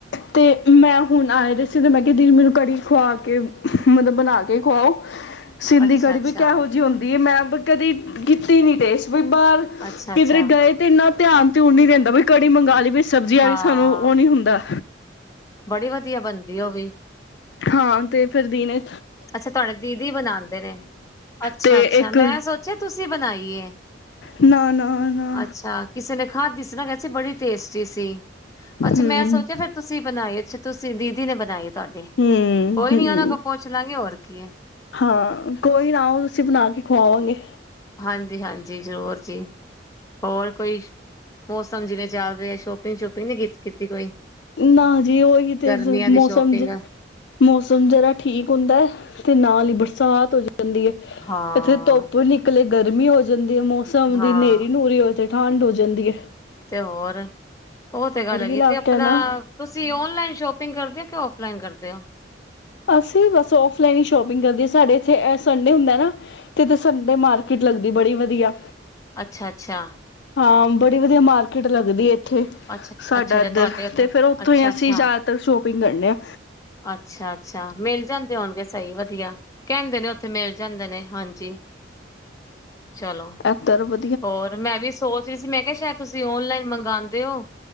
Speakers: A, on the left; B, on the left.
A: ਤੇ ਮੈਂ ਹੁਣ ਆਏ ਤਾਂ ਮੈਂ ਕਿਹਾ ਦੀਦੀ ਮੈਨੂੰ ਕੜੀ ਖੁਵਾ ਕੇ ਮਤਲਬ ਬਣਾ ਕੇ ਖੁਵਾਓ ਸਿੰਧੀ
B: ਅੱਛਾ
A: ਕੜੀ
B: ਅੱਛਾ
A: ਵੀ ਕਿਹੋ ਜਿਹੀ ਹੁੰਦੀ ਹੈ ਮੈਂ ਕਦੇ ਕੀਤੀ ਨਹੀਂ ਟੇਂਸਟ ਵਈ ਬਾਹਰ
B: ਅੱਛਾ
A: ਕਿਧਰ
B: ਅੱਛਾ
A: ਗਏ ਤੇ ਇੰਨਾ ਧਿਆਨ ਤੇ ਉਹਨੇ ਦੇਣਾ ਵੀ ਕੜੀ ਮੰਗਵਾ ਲਈ ਵਈ ਸਬਜ਼ੀ ਆ
B: ਹਾਂ
A: ਗਈ। ਸਾਨੂੰ ਉਹ ਨੀ ਹੁੰਦਾ
B: ਬੜੀ ਵਧੀਆ ਬਣਦੀ ਉਹ ਵੀ
A: ਹਾਂ ਤੇ ਫਿਰ ਦੀ ਨੇ
B: ਅੱਛਾ ਤੁਹਾਡੇ ਦੀਦੀ ਬਣਾਉਦੇਂ ਨੇ ਅੱਛਾ,
A: ਤੇ
B: ਅੱਛਾ
A: ਇੱਕ
B: ਮੈਂ ਸੋਚਿਆ ਤੁਸੀਂ ਬਣਾਈਏ
A: ਨਾ ਨਾ ਨਾ
B: ਅੱਛਾ ਕਿਸੇ ਨੇ ਖਾਧੀ ਸੀ ਨਾ ਕਿਹਦੀ ਸੀ ਬੜੀ ਟੇਸਟੀ ਸੀ
A: ਹੂੰ
B: ਅੱਛਾ, ਮੈਂ ਸੋਚਿਆ ਫਿਰ ਤੁਸੀਂ ਬਣਾਈ ਅੱਛਾ ਤੁਸੀਂ ਦੀਦੀ ਨੇ ਬਣਾਈ ਤੁਹਾਡੀ
A: ਹੂੰ
B: ਕੋਈ
A: ਹੂੰ
B: ਨੀ ਉਹਨਾਂ ਕੋ ਪੁਛ ਗੇ ਹੋਰ ਕੀ ਹੈ
A: ਹਾਂ, ਕੋਈ ਨਾ ਉਹ ਅਸੀਂ ਬਣਾ ਕੇ ਖਵਾਵਾਂਗੇ
B: ਹਾਂਜੀ ਹਾਂਜੀ ਜ਼ਰੂਰ ਜੀ ਹੋਰ ਕੋਈ ਮੌਸਮ ਜਿਵੇਂ ਚੱਲ ਰਿ ਹੈ ਸ਼ੋਪਿੰਗ ਸ਼ੋਪਿੰਗ ਨਹੀਂੀ ਕੀਤੀ ਕੋਈ
A: ਨਾ ਜੀ ਉਹੀ ਤੇ
B: ਗਰਮੀਆਂ ਦੀ
A: ਮੌਸਮ
B: ਸ਼ੋਪਿੰਗ
A: ਮੌਸਮ ਜਰਾ ਠੀਕ ਹੁੰਦਾ ਤੇ ਨਾਲ ਹੀ ਬੜ ਸਾਤ ਹੋ ਜਾ ਜਾਂਦੀ ਹੈ
B: ਹਾਂ
A: ਇੱਥੇ ਧੁੱਪ ਵੀ ਨਿਕਲੇ ਗਰਮੀ ਹੋ ਜਾਂਦੀ ਹੈ ਮੌਸਮ
B: ਹਾਂ
A: ਦੀ ਹਨੇਰੀ ਨੂਰੀ ਹੋ ਜਾਂਦੀ ਐਂਡ ਜਿੰਦਗੀ
B: ਤੇ ਹੋਰ ਉਹ ਤੇ ਗੱਲ ਹੈਗੀ
A: ਇਲਾਕਾ
B: ਤੇ ਆਪਣਾ
A: ਨਾ
B: ਤੁਸੀਂ ਓਨਲਾਈਨ ਸ਼ੋਪਿੰਗ ਕਰਦੇ ਹੋ ਕਿ ਫਲਾਈਨ ਕਰਦੇ ਹੋ
A: ਅਸੀਂ ਬਸ ਫਲਾਈਨ ਹੀ ਸ਼ੋਪਿੰਗ ਕਰਦੇ ਸਾਡੇ ਇਥੇ ਸੰਡੇ ਹੁੰਦਾ ਨਾ ਤੇ ਸੰਡੇ ਮਾਰਕੀਟ ਲਗਦੀ ਬੜੀ ਵਧੀਆ
B: ਅੱਛਾ ਅੱਛਾ
A: ਹਾਂ ਬੜੀ ਵਧੀਆ ਮਾਰਕੀਟ ਲੱਗਦੀ ਥੇ ਉਥੇ
B: ਅੱਛਾ
A: ਸਾਡਾ
B: ਅੱਛਾ ਅੱਛਾ
A: ਇੱਧਰ
B: ਤੁਹਾਡੇ ਉੱਥੇ
A: ਤੇ ਫਿਰ ਉੱਥੋਂ
B: ਅੱਛਾ
A: ਹੀ ਅਸੀਂ
B: ਅੱਛਾ
A: ਜ਼ਿਆਦਾਤਰ ਸ਼ੋਪਿੰਗ ਕਰਨੇ ਆਾਂ
B: ਅੱਛਾ ਅੱਛਾ ਮਿਲ ਜਾਂਦੇ ਉਹੂੰ ਸਹੀ ਵਧੀਆ ਕਹਿੰਦੇ ਨੇ ਉੱਥੇ ਮਿਲ ਜਾਂਦੇ ਨੇ ਹਾਂਜੀ ਚਲੋ
A: ਐ ਤਰ ਬ
B: ਹੋਰ ਮੈਂ ਵੀ ਸੋਚ ਰਹੀ ਸੀ ਮੈਂ ਕਿਹਾ ਸ਼ਾਇਦ ਤੁਸੀਂ ਓਨਲਾਈਨ ਮੰਗਵਾਉਂਦੇ ਹੋ